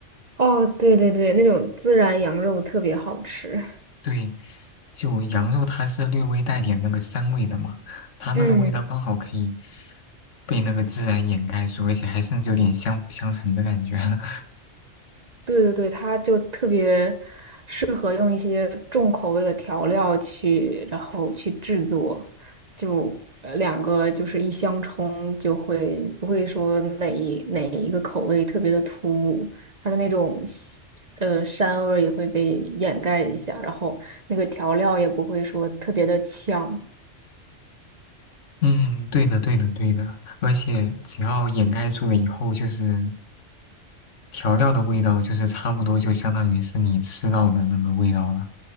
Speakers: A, on the right; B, on the left.
A: 哦，对对对，那种孜然羊肉特别好吃。
B: 对，就羊肉它是略微带点那个膻味的嘛，它那个味道刚好可以
A: 嗯，
B: 被那个孜然掩盖住，而且还甚至有点相辅相成的感觉。<laughs>
A: 对对对，它就特别适合用一些重口味的调料去，然后去制作，就呃两个就是一相冲，就会不会说哪一哪一个口味特别的突兀，它的那种西呃膻味儿也会被掩盖一下，然后那个调料也不会说特别的呛。
B: 嗯，对的，对的，对的。而且只要掩盖住了以后，就是调料的味道就是差不多就相当于是你吃到的那个味道了，